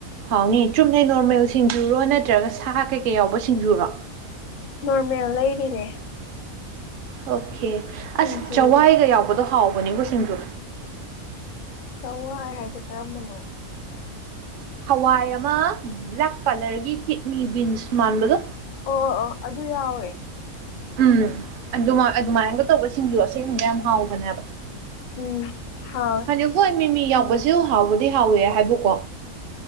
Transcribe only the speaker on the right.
ꯍꯥꯎꯅꯤ ꯆꯨꯝꯅꯩ ꯅꯣꯔꯃꯦꯜ ꯁꯤꯡꯖꯨꯔꯣ ꯅꯠꯇ꯭ꯔꯒ ꯁꯥ ꯀꯩꯀꯩ ꯌꯥꯎꯕ ꯁꯤꯡꯖꯨꯔꯣ
ꯑꯣꯀꯦ
ꯑꯁ ꯆꯋꯥꯏꯒ ꯌꯥꯎꯕꯗꯣ ꯍꯥꯎꯕꯅꯤꯕꯨ ꯁꯤꯡꯖꯣ
ꯍꯋꯥꯏ ꯑꯃ ꯕ꯭ꯂꯦꯛ ꯀꯂꯔꯒꯤ ꯀꯤꯠꯅꯤ ꯕꯤꯟꯁ ꯃꯥꯟꯕꯗꯣ
ꯎꯝ ꯑꯗꯨ ꯑꯗꯨꯃꯥꯏꯅꯒ ꯇꯧꯕꯁꯤꯡꯁꯨ ꯑꯁꯦꯡꯕꯗ ꯌꯥꯝ ꯍꯥꯎꯏ
ꯍꯥꯏ ꯍꯣꯏ ꯃꯤꯃꯤ ꯌꯥꯎꯕꯁꯨ ꯍꯥꯎꯕꯗꯤ ꯍꯥꯎꯋꯦ ꯍꯥꯏꯕꯕꯨꯀꯣ